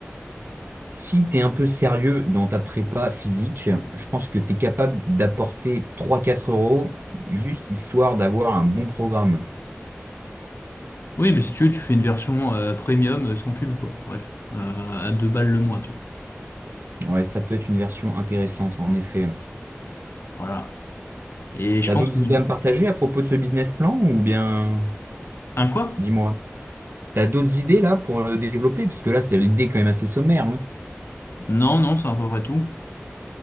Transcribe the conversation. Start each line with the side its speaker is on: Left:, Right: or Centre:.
Right: Si tu es un peu sérieux dans ta prépa physique, je pense que tu es capable d'apporter trois quatre euros juste histoire d'avoir un bon programme.
Left: Oui, mais si tu veux, tu fais une version euh, premium euh, sans pub, quoi. Bref, euh, à deux balles le mois, tu vois.
Right: Ouais, ça peut être une version intéressante en effet.
Left: Voilà. Et je
Right: T'as
Left: pense
Right: d'autres
Left: que...
Right: idées à me partager à propos de ce business plan ou bien
Left: Un quoi?
Right: dis-moi. T'as d'autres idées là pour le développer? Parce que là, c'est l'idée quand même assez sommaire. hein.
Left: Non, non, c'est à peu près tout.